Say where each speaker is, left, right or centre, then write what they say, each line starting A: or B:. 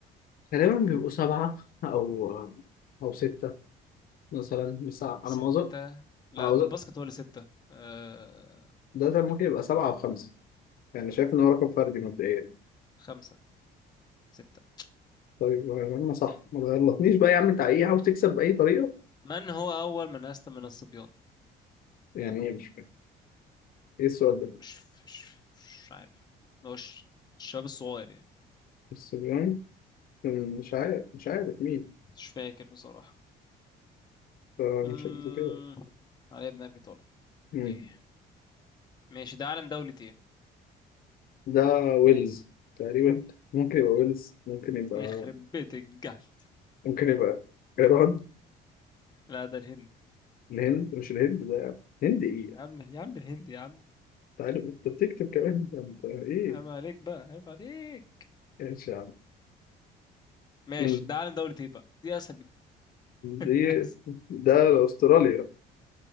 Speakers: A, on the left; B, on the left.
A: غالبا بيبقوا سبعة أو أو ستة مثلا بس على
B: ستة
A: ما أظن
B: لا
A: على ما
B: ده
A: أظن
B: الباسكت هو اللي ستة آه...
A: ده ده ممكن يبقى سبعة أو خمسة يعني شايف إن هو رقم فردي مبدئيا
B: خمسة ستة
A: طيب انا صح ما تغلطنيش بقى يا عم انت ايه عاوز تكسب باي طريقه
B: من هو أول من أسلم من الصبيان
A: يعني ايه؟ مش فاهم. ايه السؤال ده
B: مش مش مش عارف مش الشباب الصغير يعني
A: الصبيان مش عارف مش عارف مين
B: مش فاكر بصراحة
A: فمش
B: امم
A: قد كده
B: علي بن ابي طالب
A: مم.
B: اوكي ماشي ده علم دولة ايه
A: ده ويلز تقريبا ممكن يبقى ويلز ممكن يبقى
B: يخرب بيت الجهل
A: ممكن يبقى ايران
B: لا ده الهند
A: الهند مش الهند ده الهند ايه يعني؟
B: يا عم يا عم الهند يا عم
A: انت عارف انت بتكتب كمان ده انت ايه
B: عيب عليك بقى عيب عليك
A: ايش يا عم
B: ماشي
A: مم.
B: ده علم دولة ايه بقى دي اسهل بكتير <laughs>
A: دي ده استراليا